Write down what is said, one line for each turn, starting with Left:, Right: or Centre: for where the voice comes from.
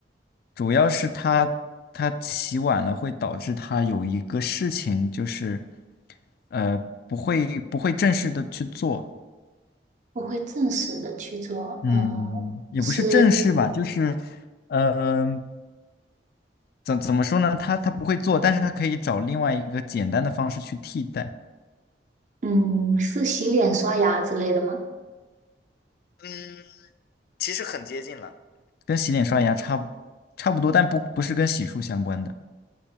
Left: 主要是他他起晚了会导致他有一个事情就是，呃，不会不会正式的去做，
Right: 我会正式的去做，
Left: 嗯，
Right: 呃，
Left: 也不是正式吧，
Right: 是
Left: 就是，嗯、怎怎么说呢？他他不会做，但是他可以找另外一个简单的方式去替代，
Right: 嗯是洗脸刷牙之类的吗？
Left: 嗯，其实很接近了。跟洗脸刷牙差不差不多，但不不是跟洗漱相关的，